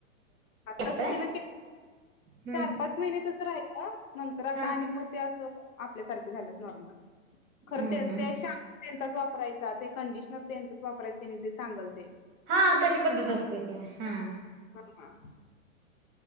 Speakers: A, on the right; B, on the left.
A: राहतय
B: तस ते न
A: हम्म
B: चार पाच महिन्या तसं राहिल का? नंतर आता
A: हा
B: आणि मग ते असं आपल्यासारखे झालेत नॉर्मल खरं
A: हम्म
B: ते
A: हम्म.
B: ते श त्यांचाच वापरायचा ते कंडिशनर त्यांचाच वापरायच त्यांनी जे सांगल ते
A: हा तशी पद्धत असते ते हम.
B: हा हा.